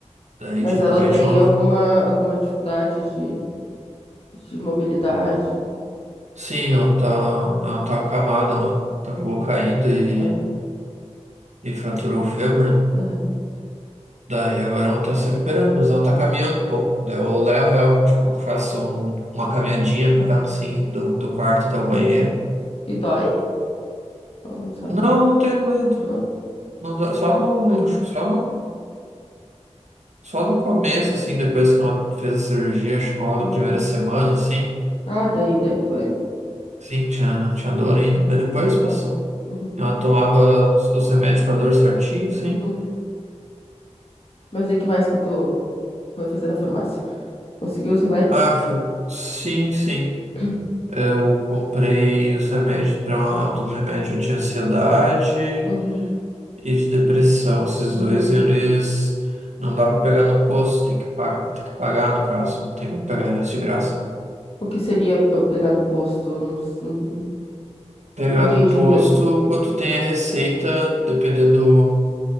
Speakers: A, on the right; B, on the left.
A: Daí
B: Mas
A: de noite
B: ela tem
A: ela.
B: alguma, alguma dificuldade de, de mobilidade?
A: Sim, ela tá. Ela tá acamada, ela acabou caindo e,
B: Ah,
A: e fraturou o fêmur, né?
B: aham,
A: Daí agora ela tá se recuperando, mas ela tá caminhando um pouco. Daí eu levo ela, tipo, faço um- uma caminhadinha com ela, assim, do, do quarto até o banheiro.
B: aham. E dói? Ela não sabe.
A: Não, não tenho medo.
B: Não?
A: Não dá- só no,
B: Uhum.
A: acho que só no, só no começo, assim, depois que ela fez a cirurgia, acho que lá
B: Uhum.
A: na primeira semana, assim,
B: Ah, daí deve doer, né?
A: sim, tinha, tinha dor ainda, mas depois passou.
B: Uhum.
A: Ela tomava os remédios pra dor certinho, sim.
B: uhum. Mas e que mais que tu foi fazer na farmácia? Conseguiu os remédios?
A: Ah, eu fui- sim, sim.
B: <clears throat>
A: Eu comprei os remédios para um remédio de ansiedade.
B: Uhum,
A: E de depressão, esses
B: uhum.
A: dois eles não dá pra pegar no posto, tem que, pa- tem que pagar no caso, não tem como pegar eles de graça, né?
B: O que seria pra eu pegar no posto? Não, s- não
A: Pegar
B: entendi.
A: no posto,
B: Pega...
A: quanto tem a receita, dependendo,